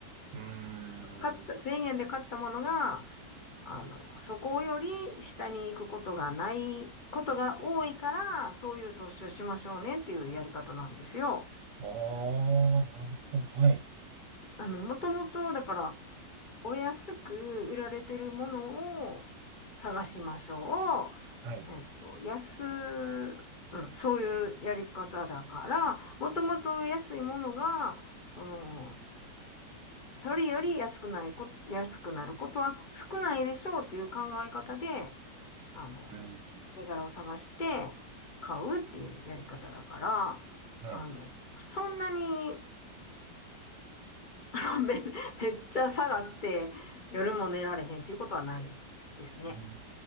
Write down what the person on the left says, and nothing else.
買った、1000円で買ったものが、あの、そこより下に行くことがないことが多いから、そういう投資をしましょうねっていうやり方なんですよ。
あの、もともと、
だから、お安く売られてるものを探しましょ
う。えっと、安、うん、そういうやり方だから、もともと安いものが、その、それより安くないこ、安くなることは少ないでしょうっていう考え方で、あの、
銘柄を探して買うっていうやり方だから、
あの、そんなに、あのめ、めっちゃ下がって夜も寝られへんっていうことはないですね。